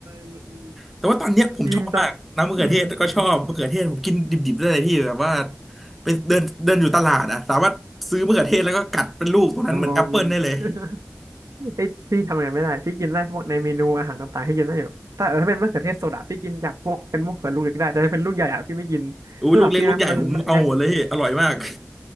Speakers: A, on the right; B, in the centre.
A: <laughs>
B: แต่ว่าตอนเนี้ยผมชอบมากน้ำมะเขือเทศก็ชอบมะเขือเทศผมกินดิบๆได้เลยพี่แบบว่า
A: ยิงตอนอืม
B: ไปเดินเดินอยู่ตลาดอ่ะสามารถซื้อมะเขือเทศแล้วก็กัดเป็นลูกตรงนั้นเหมือนแอปเปิลได้เลย
A: โอ้ <laughs> ไอ้ยพี่ทำอย่างนั้นไม่ได้ พี่กินได้พวกในเมนูอาหารต่างๆให้กินได้อยู่ แต่เออถ้าเป็นมะเขือเทศโซดาพี่กินจากพวกเป็นมะเขือลูกเล็กได้ แต่ถ้าเป็นลูกใหญ่อะพี่ไม่กินสำหรับพี่นะมันมันยัง
B: อู้ยลูกเล็กลูกใหญ่ผมเอาหมดเลยพี่อร่อยมาก